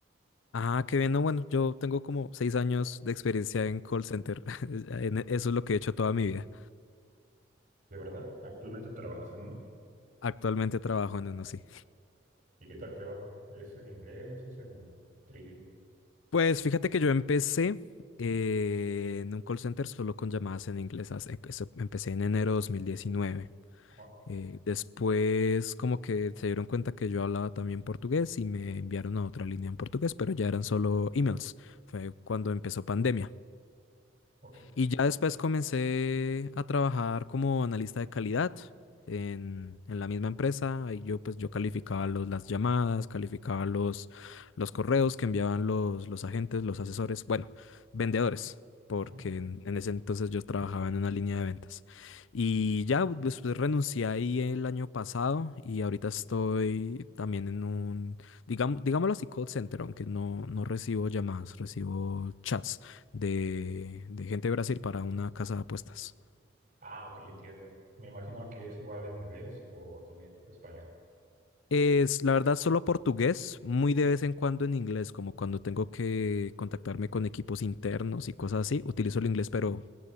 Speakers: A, on the left (about 75°); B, on the right (about 45°).
A: Ah, qué bien. No, bueno, yo tengo como seis años de experiencia en call center. <laughs> En- Eso es lo que he hecho toda mi vida.
B: ¿De verdad? ¿Actualmente trabajas en uno?
A: Actualmente trabajo en uno, sí.
B: ¿Y qué tal te va? ¿Es en inglés? ¿Es en trilingüe?
A: Pues fíjate que yo empecé eh, en un call center solo con llamadas en inglés. Hace- em, eso- Empecé en enero de 2019.
B: Ah,
A: Eh, después como que se dieron cuenta que yo hablaba también portugués y me enviaron a otra línea en portugués, pero ya eran solo emails. Fue cuando empezó pandemia.
B: ok.
A: Y ya después comencé a trabajar como analista de calidad en, en la misma empresa. Ahí yo pues yo calificaba los, las llamadas, calificaba los, los correos que enviaban los, los agentes, los asesores, bueno, vendedores, porque
B: ujú.
A: en, en ese entonces yo trabajaba en una línea de ventas. Y ya después renuncié ahí el año pasado y ahorita estoy también en un, digamos, digámoslo así, call center, aunque no, no recibo llamadas, recibo chats de, de gente de Brasil para una casa de apuestas.
B: Ah, ok, entiendo. Me imagino que es igual en inglés o también español.
A: Es, la verdad, solo portugués, muy de vez en cuando en inglés, como cuando tengo que contactarme con equipos internos y cosas así, utilizo el inglés, pero